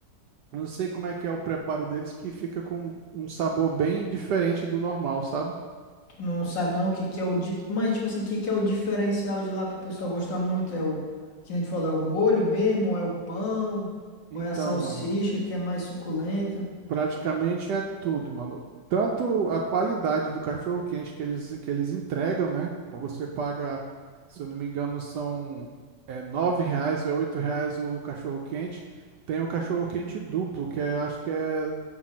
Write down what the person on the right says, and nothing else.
eu não sei como é que é o preparo deles, que fica com um sabor bem diferente do normal, sabe?
Então,
mano.
Praticamente é tudo, mano. Tanto a qualidade do cachorro-quente que eles, que eles entregam, né? Você paga, se eu não me engano, são é, nove reais, é oito reais o cachorro-quente. Tem o cachorro-quente duplo, que é, acho que é